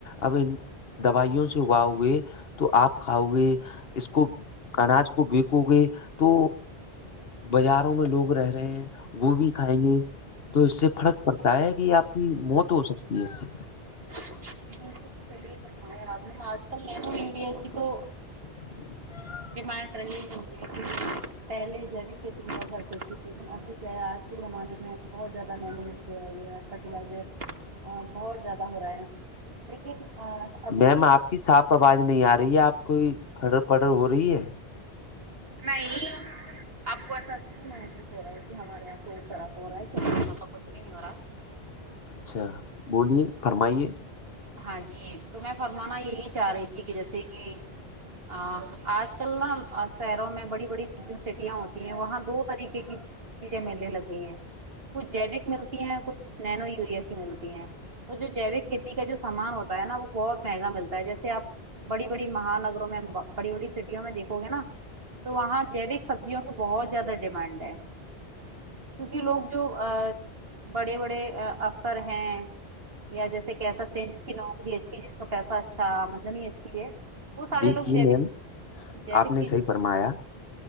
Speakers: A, on the left; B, on the right.
A: اب ان دوائیوں سے اگاؤ گے تو آپ کھاؤ گے اس کو اناج کو بیکو گے تو بازاروں میں لوگ رہ رہے ہیں وہ بھی کھائیں گے تو اس سے فرق پڑتا ہے کہ آپ کی موت ہو سکتی ہے اس سے
B: فمیا آپ نے آج کل نینو یوریا کی تو
A: <inaudible>
B: ڈیمانڈ رہی ہوی پہلے جب کھیتی کر کرتی تھی لیکن ابھی کیا ہے آج کے زمانے میں بہت زیادہ مہمیھی آ گی پٹیاج بہت زیادہ ہو رہا ہے لیکن ابھی
A: میم
B: بھی
A: آپ کی صاف آواز نہیں آ رہی ہے آپ کوئی کڑر پڑر ہو رہی ہے
B: نہیں آپ کو ایسا محسوس ہو رہا ہے کہ ہمارے یہاں پول خراب ہو رہا ہے ین وورا
A: اچھا بولیے فرمائیے
B: ہاں جی تو میں فرمانا یہی چاہ رہی تھی کہ جیسے کہ ہ آج کل ن اور سیروں میں بڑی بڑی سٹیاں ہوتی ہیں وہاں دو طریقے کی چیزیں میلے لگے ہیں کچھ جیوک ملتی ہیں کچھ ننینو یوریا کی ملتی ہیں اور جو جیوک کھیتی کا جو سامان ہوتا ہے نا وہ بہت مہنگا ملتا ہے جیسے آپ بڑی بڑی مہانگروں میں بڑی بڑی سٹیوں میں دیکھو گے نا تو وہاں جوک سبزیوں کی بہت زیادہ ڈیمانڈ ہے کیونکہ لوگ جو بڑے بڑے افسر ہیں یا جیسے سے کہہ سکتے ہیں جس کی نوکری اچھی ہے جس کا پیسہ اچھا آمدنی اچھی ہے وہ سارے
A: دیکھیے
B: لوگ ج
A: میم
B: بھی ج
A: آپ
B: بھی
A: نے صحیح فرمایا